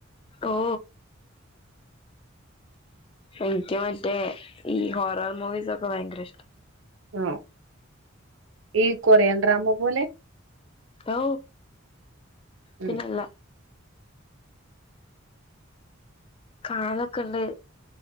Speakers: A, on the left; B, on the right.
A: ഓ. എനിക്ക് മറ്റേ ഈ ഹോറർ മൂവീസ് ഒക്കെ ഭയങ്കര ഇഷ്ട.
B: <unintelligible> ഈ കൊറിയൻ ഡ്രാമ പോലെ?
A: ഔ
B: ഉം
A: പിന്നല്ല കാലെക്കെ ഇണ്ട്.